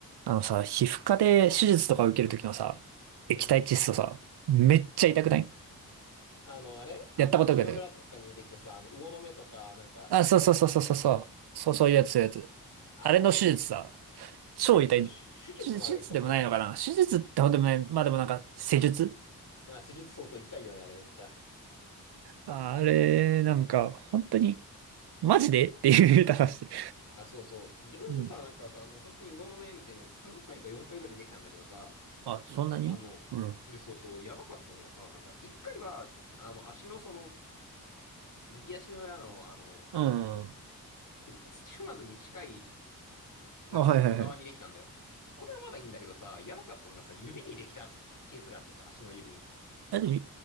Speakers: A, on the right; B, on the left.
A: あのさ、皮膚科で手術とか受けるときのさ、液体窒素さ、
B: うん。
A: めっちゃ痛くない
B: あの、あれあの、
A: やったことある
B: 足の裏とかにできたさ、あの、魚の目とか、なんか、
A: あ、そうそうそうそうそうそう。
B: に対して、
A: そうそういうやつ、そういうやつ。
B: あれめ、
A: あれの手術さ、
B: 手術、
A: 超痛い。
B: 手術までは行ったことないな。
A: 手術、手術でもないのかな手術ってほどでもない。まあでもなんか、施術
B: まあ、手術、そうそう、痛いよね、あれめっちゃ。
A: あれ、なんか、本当に、マジでっていう話してる。
B: あ、そうそう。自分さ、
A: うん。
B: なんかさ、もう本当に魚の目みたいなやつ3回か4回ぐらいできたんだけどさ、
A: あ、そんなにうん。
B: あの、えそうそう、やばかったのがさ、なんか、1回は、あの、足のその、右足の裏の、あの、なんだろ
A: うん。
B: う、ふ土踏まずに近いなんか外側にできたんだよ。
A: あ、はいはいはい。
B: これはまだいいんだけどさ、やばかったのがさ、指にできたケースがあってさ、足の指に。
A: あ、でも、